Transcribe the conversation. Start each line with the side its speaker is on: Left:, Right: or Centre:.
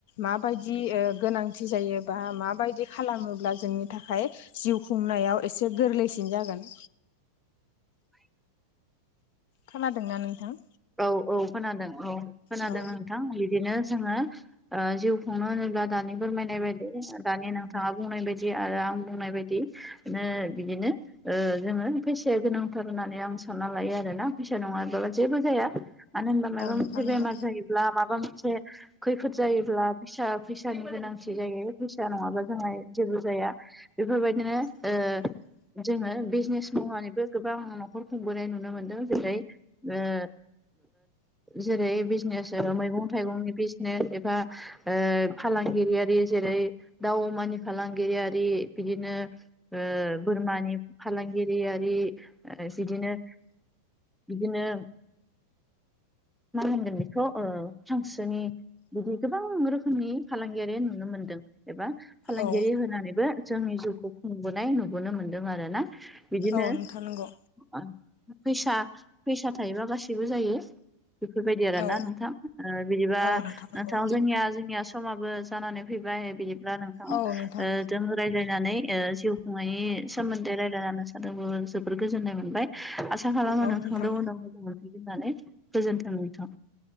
Left: माबायदि ओ गोनांथि जायो बा माबायदि खालामोब्ला जोंनि थाखाय जिउ खुंनायाव एसे गोरलैसिन जागोन। खोनादोंना नोंथां?
Centre: औ औ खोनादों औ खोनादों
Left: औ
Centre: नोंथां बिदिनो जोङो ओ जिउ खुंनो होनोब्ला दानि बोरमायनाय बायदि दानि नोंथाङा बुंनाय बायदि आरो आं बुंनाय बायदि नो बिदिनो ओ जोङो फैसाया गोनांथार होननानै आं सानना लायो आरो ना फैसा नङाबाला जेबो जाया मानो होनबा मायबा
Left: औ नोंथां
Centre: मोनसे
Left: नंगौ
Centre: बेमार जायोब्ला माबा मोनसे खैफोद जायोब्ला फैसा फैसानि गोनांथि जायो फैसा नङाबा जोंहा जेबो जाया। बेफोरबायदिनो
Left: <inaudible>
Centre: ओ जोङो बिजनेस मावनानैबो गोबां नखर खुंबोनाय नुनो मोनदों जेरै ओ जेरै बिजनेस आरो मैगं थाइगंनि बिजनेस एबा ओ फालांगिरियारि जेरै दाव अमानि फालांगिरियारि बिदिनो ओ बोरमानि फालांगिरियारि जिदिनो बिदिनो मा होनगोन बेखौ ओ हांसोनि बिदि गोबां रोखोमनि फालांगियारि नुनो मोनदों। एबा फालांगिरि
Left: औ
Centre: होनानैबो जोंनि जिउखौ खुंबोनाय नुबोनो मोनदों आरो ना। बिदिनो
Left: औ नोंथां नंगौ
Centre: ओ फैसा फैसा थायोबा गासि सिबो जायो बेफोरबायदि आरो
Left: औ
Centre: ना नोंथां ओ बिदिबा
Left: औ नंगौ
Centre: नोंथां जोनिया जोनिया समाबो जानानै फैबाय बिदिब्ला नोंथां
Left: औ
Centre: ओ
Left: नोंथां
Centre: जों रायज्लायनानै ओ जिउ खुंनायनि सोमोन्दै रायलायना नोंसोरदोबो जोबोर गोजोननाय मोनबाय। आसा खालामो
Left: औ
Centre: नोंथांदो
Left: नोंथां
Centre: उनाव लोगो मोनफिनगोन होननानै गोजोनथों नोंथां।